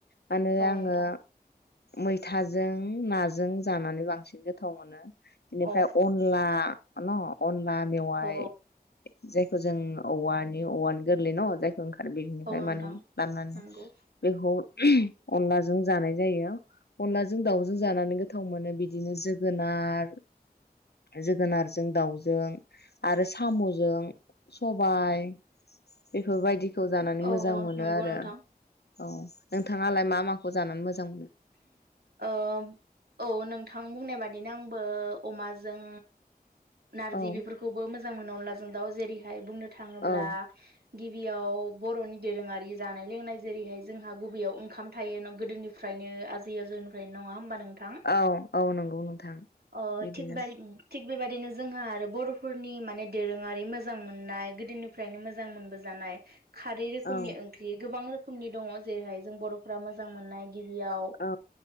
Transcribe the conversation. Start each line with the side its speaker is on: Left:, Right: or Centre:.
Left: मानो
Right: औ
Left: आङो
Right: नोंथां
Left: मैथाजों नाजों जानानै बांसिन गोथाव मोनो। बेनिफ्राय
Right: औ
Left: अनला न अन ला मेवाय
Right: औ
Left: जायखौ जों औवानि औवानि गोरलै न' जाय ओंखार बिनिफ्राय
Right: औ नोंथां
Left: माने लाबोनानै
Right: नंगौ
Left: बेखौ अनलाजों जानाय जायो अनलाजों दाउजों जानानै गोथाव मोनो बिदिनो जोगोनार जोगोनारजों दाउजों आरो साम'जों सबाय बेफोर बायदि खौ जानानै
Right: औ
Left: मोजां
Right: औ
Left: मोनो
Right: नंगौ
Left: आरो।
Right: नोंथां
Left: औ नोंथाङालाय मा माखौ जानानै मोजां जां मो
Right: ओ औ नोंथां बुंनाय बादिनो आंबो अमाजों नारजि
Left: औ
Right: बेफोरखौबो मोजां जां मोनो अनलाजों दाव जेरैहाय बुंनो थाङोब्ला
Left: औ
Right: गिबियाव बर'नि दोरोङारि जानाय लोंनाय जेरैहाय जोंहा गुबैयाव ओंखाम थायो न गोदोनिफ्रा फ्रायनो आजै आजौनिफ्रायनो नङा होमबा नों थां
Left: औ औ नंगौ नोंथां
Right: ओ
Left: बिदिनो
Right: थिग बायदि बेबादिनो जोंहा आरो बर'फोरनि माने दोरोङारि मोजां मोननाय गोदोनिफ्रायनो मोजां मोनबोजानाय खारै रोखोमनि
Left: औ
Right: ओंख्रि गोबां रो खोमनि दङ। जेरैहाय जों बर'फ्रा मोजां मोननाय गिबियाव
Left: औ